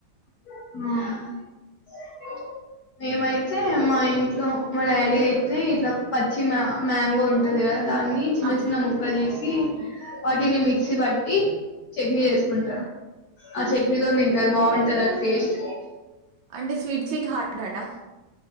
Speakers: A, on the left (about 65°); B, on the right (about 80°).
A: అ మేమైతే మా ఇంట్లో మా డాడీ అయితే ఇట్లా పచ్చి మ మ్యాంగో ఉంటది కదా దాన్ని చిన్న
B: ఆహ్!
A: చిన్న ముక్కలు చేస్ సి వాటిని మిక్సీ పట్టి చట్నీ చేసుకుంటారు ఆ చట్నీతోన్ తింటారు బాగుంటది అ టేస్ట్
B: అంటే స్వీట్ స్వీట్ హార్ట్ అటా?